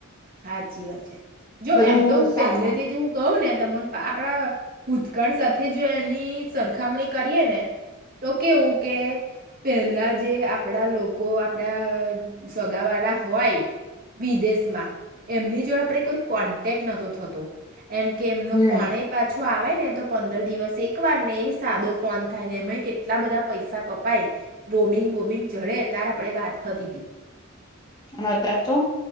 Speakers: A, on the right (about 45°); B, on the left (about 20°).
A: હા જી વાત છે. જો
B: બધું
A: એમ તો હું
B: સામાન
A: પહેલેથી હું કહું ને ત આપણા ભૂતકાળ સાથે જો એની સરખામણી કરીએ ને તો કેવું કે પેલા જે આપડા લોકો આપડા સગા વાળા હોય વિદેશમાં. એમની જોડે આપે કોઈ કોન્ટેક્ટ નહતો થતો. એમ કે એમનો
B: હમ
A: ફોન પાછો જો આવે ને તો પંદર દિવસ એક વાર ને સાદો ફોન થાય ને એ કેટલા બધા પૈસા કપાય રોમિંગ બોમિંગ જડે અ ત્યારે આપણે વાત થતી હતી.
B: અનેત તો